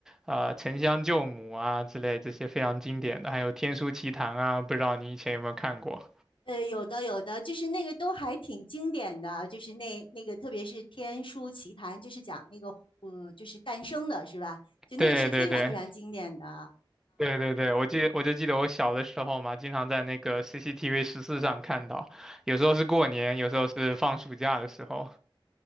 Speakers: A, in the centre; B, on the left.
A: 呃，《沉香救母》啊之类这些非常经典的，还有《天书奇谭》啊，不知道你以前有没有看过？
B: 呃，有的有的，就是那个都还挺经典的，就是那那个特别是《天书奇谭》，就是讲那个呃，就是诞生的是吧？就那个是非常非常经典的啊、
A: 对对对，对对对，我记得我就记得我小的时候嘛，经常在那个 CCTV 十四上看到，有时候是过年，有时候是放暑假的时候。